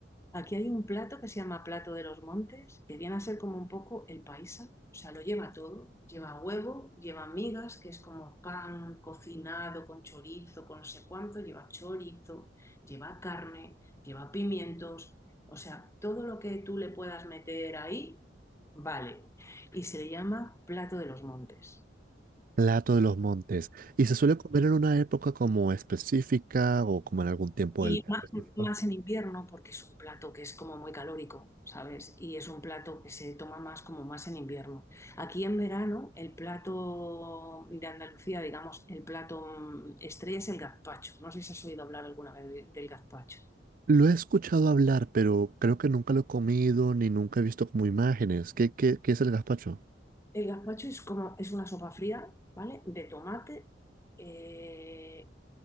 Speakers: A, on the left; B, on the right.
A: Aquí hay un plato que se llama plato de los montes, que viene a ser como un poco el paisa, o sea, lo lleva todo, lleva huevo, lleva migas, que es como pan cocinado con chorizo, con no sé cuánto, lleva chorizo, lleva carne, lleva pimientos, o sea, todo lo que tú le puedas meter ahí, vale, y se le llama plato de los montes.
B: Plato de los montes. ¿Y se suele comer en una época como específica o como en algún tiempo
A: Y
B: del día
A: más,
B: específico?
A: más en invierno, porque es un plato que es como muy calórico, ¿sabes? Y es un plato que se toma más como más en invierno. Aquí en verano, el plato de Andalucía, digamos, el plato mm, estrella es el gazpacho. No sé si has oído hablar alguna vez de- del gazpacho.
B: Lo he escuchado hablar, pero creo que nunca lo he comido ni nunca he visto como imágenes. ¿Qué, qué, qué es el gazpacho?
A: El gazpacho es como, es una sopa fría, ¿vale? De tomate, eh,